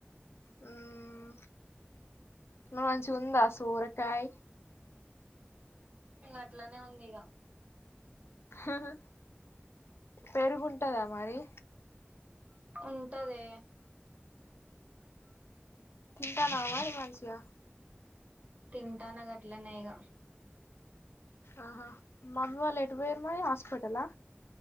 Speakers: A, on the left; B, on the right.
A: హుమ్ మంచిగుందా సోరకాయ్
B: అట్లనే ఉంది ఇగ
A: అహ పెరుగుంటుందా మరి
B: ఉంటదే
A: తింటన్నవా మరి మంచిగా
B: తింటాన గట్లనే ఇగ
A: ఆహా మమ్మీ వాళ్ళు ఎటు పోయిరు మరి హాస్పిటలా